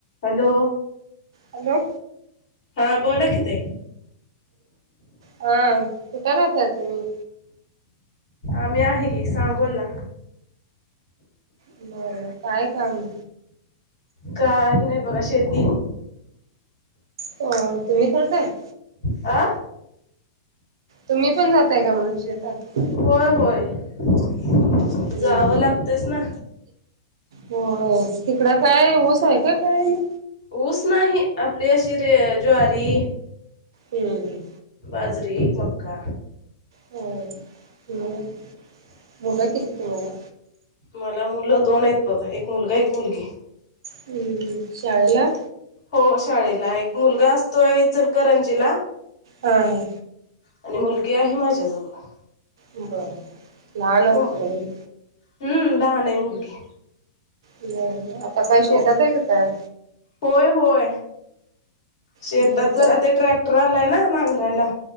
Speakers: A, on the left; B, on the right.
A: Hello
B: hello.
A: हा. बोला कि ताई.
B: हा. कुठं राहताय तुम्ही?
A: आम्ही आहे की सांगोलला.
B: बर बर काय काम?
A: काही नाही बघा. शेती.
B: अ तुम्ही करताय?
A: आ.
B: तुम्ही पण जाताय का म्हणलं शेेतात?
A: होय होय. जावावं
B: हम्म
A: लागतंयच ना.
B: होय होय. तिकडं काय ऊस आहे का करायला?
A: ऊस नाही. आपली अशी रे ज्वारी,
B: हम्म हम्.
A: बाजरी, मक्का,
B: हम्म. मग मुलं किती तुम्हाला?
A: मला मुलं दोन आहेत बघा. एक मुलगा, एक मुलगी.
B: हम्म हम्. शाळेला?
A: हो शाळेला. एक मुलगा असतोय इचलकरंजीला.
B: हा हा.
A: आणि मुलगी आहे माझ्याजवळ.
B: बरं लहान असतील
A: तू
B: अजुन.
A: हम्म लहान आहे मुलगी.
B: व्हय व्हय. आता काय शेतात
A: तू
B: आहे का काय?
A: होय होय. शेतात
B: हम्म का
A: जरा ते ट्रॅक्टर आलाय ना नांगरायला